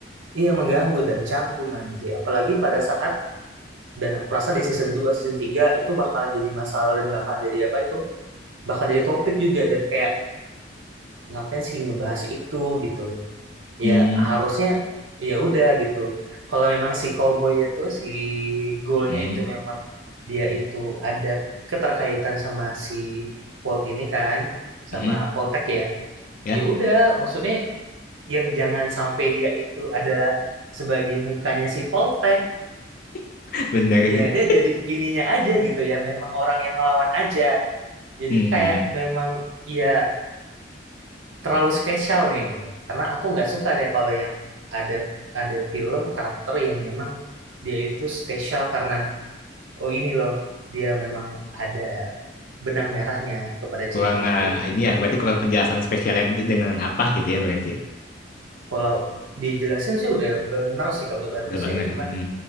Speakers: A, on the right; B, on the left.
A: iya mengganggu dan canggung nanti. Apalagi pada saat dan aku rasa di season 2 season 3 itu bakalan jadi masalah dan bakalan jadi apa itu bakal jadi topik juga dan kayak ngapain sih ngebahas itu gitu
B: Hmm,
A: ya harusnya ya udah gitu kalau memang si cowboy itu si goalnya
B: hmm,
A: itu memang dia itu ada keterkaitan sama si Volt ini kan sama
B: hmm,
A: Voltec ya
B: ya,
A: ya udah maksudnya yang jangan sampai dia itu adalah sebagai mukanya si Voltec
B: <laughs> bener
A: ya
B: sih.
A: dia jadi ininya aja gitu ya memang orang yang ngelawan aja jadi
B: Hmm,
A: kayak
B: hmm.
A: memang ya terlalu spesial nih gitu. Karena aku nggak suka deh kalau yang ada ada film karakter yang memang dia itu spesial karena oh ini loh dia memang ada benang merahnya kepada
B: kurang
A: cerita itu.
B: eh, ini ya, berarti kurang penjelasan spesialnya d- dengan apa gitu ya berarti.
A: Kalau dijelasin sih udah bener sih Kak, udah bagus
B: Udah bener.
A: ya. Cuman
B: Hmm,